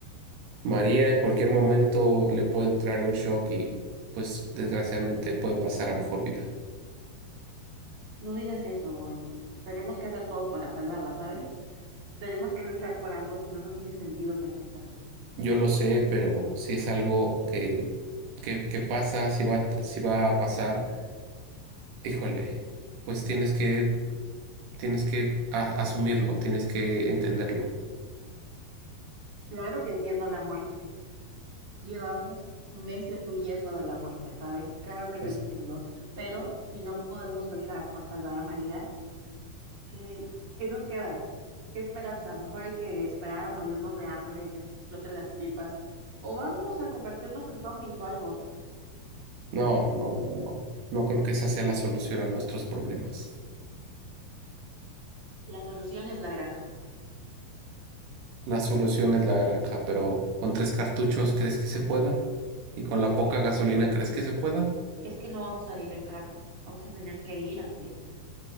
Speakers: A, on the right; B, on the right.
A: María en cualquier momento le puede entrar un shock y pues desgraciadamente puede pasar a mejor vida.
B: No digas eso. eh, Tenemos que hacer todo para salvarla, ¿sabes? Tenemos que luchar por algo, si no, no tiene sentido que estemos aquí.
A: Yo lo sé, pero si es algo que, que, que pasa, si va, a t- si va a pasar, híjole, pues tienes que, tienes que a- asumirlo, tienes que entenderlo.
B: Claro que entiendo la muerte, Llevamos meses huyendo de la muerte, ¿sabes? Claro que lo
A: Pues,
B: entiendo, pero si no podemos luchar por salvar a María, ¿qué, qué nos queda? ¿Qué esperanza? Mejor hay que esperar a morirnos de hambre, que nos exploten las tripas, o vamos a convertirnos en zombies o algo.
A: No, no, no, no. No creo que esa sea la solución a nuestros problemas.
B: La solución es la granja.
A: La solución es la granja, pero con tres cartuchos, ¿crees que se pueda? Y con la poca gasolina, ¿crees que se pueda?
B: Es que no vamos a ir en carro, vamos a tener que ir a pie.